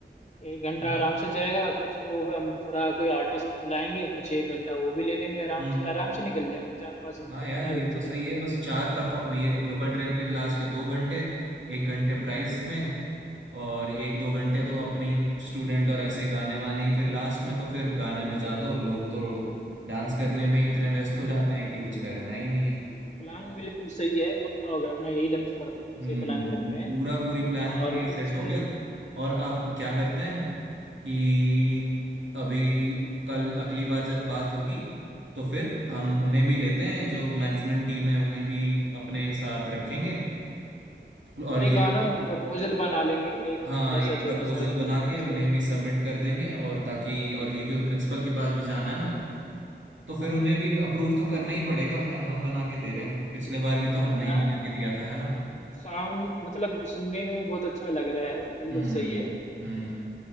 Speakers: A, on the left; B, on the right.
A: एक घंटा
B: है ना
A: आराम से जाएगा कुछ वो हम थोड़ा कोई आर्टिस्ट बुलाएंगे कुछ एक घंटा वो भी ले लेंगे आराम
B: हम्म
A: से आराम से निकल जाएंगे चार पाँच घंटे
B: हाँ यार
A: पता
B: ये
A: भी नहीं
B: तो
A: चलेगा
B: सही है बस चार परफॉर्म ये लोकल ट्रेन के लास्ट के दो घंटे एक घंटे प्राइज
A: हम्म
B: में और एक दो घंटे तो अपने ही स्टूडेंट और ऐसे गाने वाने ही फिर लास्ट में तो फिर गाने बजा दो लोग तो डांस करने में ही इतने व्यस्त हो जाते हैं कि कुछ करना ही नहीं
A: हाँ तो प्लान बिल्कुल सही है पक्का होगा अपना यही डन करते हैं
B: हम्म
A: ऐसे ही प्लानिंग रखते
B: हम्म,
A: हैं
B: पूरा पूरी प्लान
A: और
B: तो ये
A: कुछ
B: सेट हो गया और आप क्या करते हैं कि अभी कल अगली बार जब बात होगी तो फिर हम
A: हाँ
B: उन्हें भी लेते हैं जो मैनेजमेंट टीम है उन्हें भी अपने साथ रखेंगे और ये
A: एक आना
B: अपना
A: प्रपोजल बना लेंगे एक
B: हाँ
A: थोड़ा
B: एक
A: सा
B: प्रपोजल
A: छोटा सा
B: बना के
A: ऐसे
B: उन्हें भी सबमिट कर देंगे और ताकि और ये क्यों प्रिंसिपल के पास भी जाना है ना तो फिर
A: हाँ
B: उन्हें भी अप्रूव तो करना ही पड़ेगा यार हम बना के दे रहे हैं पिछले बार भी तो हमने
A: हाँ
B: ही बना के दिया था है ना
A: साउंड मतलब सुनने में ही बहुत अच्छा लग रहा है बिल्कुल
B: हम्म
A: सही है
B: हम्म